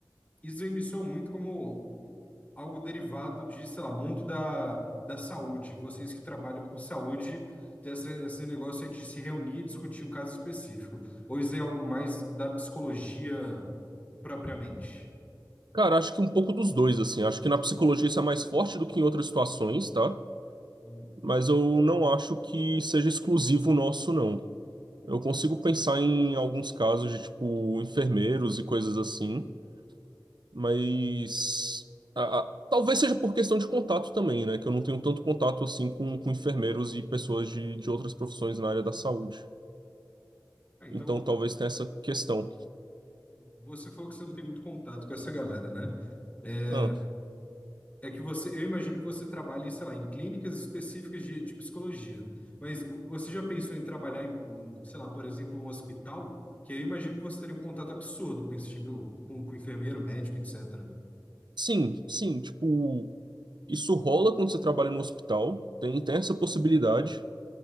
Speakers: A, on the left; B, on the right.
A: isso me soa muito como algo derivado de, sei lá, mundo da, da saúde. Vocês que trabalham com saúde, tem essa, esse negócio aí de se reunir e discutir um caso específico. Ou isso é algo mais da psicologia propriamente?
B: Cara, acho que um pouco dos dois, assim. Acho que na psicologia isso é mais forte do que em outras situações, tá?
A: Uhum.
B: Mas eu não acho que seja exclusivo nosso, não. Eu consigo pensar em alguns casos de, tipo, enfermeiros e coisas assim, mas a- a- talvez seja por questão de contato também, né? Que eu não tenho tanto contato assim com, com enfermeiros e pessoas de, de outras profissões na área da saúde.
A: Ah, então,
B: Então talvez tenha essa questão.
A: você falou que você não tem muito contato com essa galera, né? É,
B: Ah,
A: É que você, eu imagino que você trabalhe, sei lá, em clínicas específicas de, de psicologia. Mas vo- você já pensou em trabalhar em, em, sei lá, por exemplo, um hospital? Que eu imagino que você teria um contato absurdo com esse tipo, com, com enfermeiro, médico, etc.
B: sim, sim, tipo, isso rola quando você trabalha no hospital, tem, tem essa possibilidade.